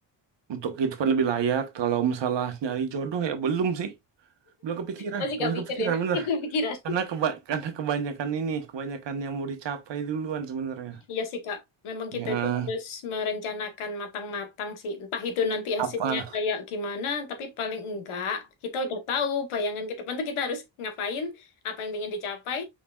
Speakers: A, on the right; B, on the left.
A: untuk kehidupan lebih layak. Kalau masalah nyari jodoh ya belum sih belum kepikiran
B: Masih
A: belum
B: gak pikir
A: kepikiran
B: ya?
A: bener
B: <laughs> Gak Kepikiran.
A: karena keba- karena kebanyakan ini kebanyakan yang mau dicapai duluan sebenarnya
B: Iya sih Kak, memang
A: ya
B: kita itu harus merencanakan matang-matang sih. Entah itu nanti
A: apa
B: hasilnya kayak gimana, tapi paling enggak kita udah tahu bayangan ke depan tuh kita harus ngapain, apa yang ingin dicapai.